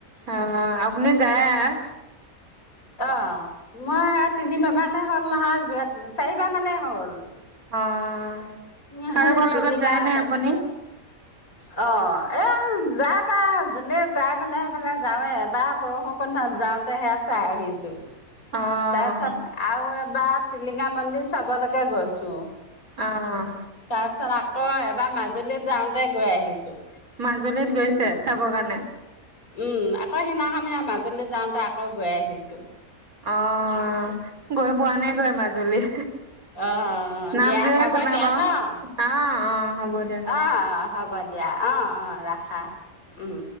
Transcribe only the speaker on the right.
অ' আপুনি যায় আই?
অ'।
কাৰোবাৰ
লগত যায়নে
আপুনি
অ',
অ',
মাজুলীত গৈছে চাব কাৰণে?
অ' গৈ পোৱা নাই গৈ মাজুলী।
নামটোহে
শুনা
পাওঁ
অ', অ', হ'ব দে ন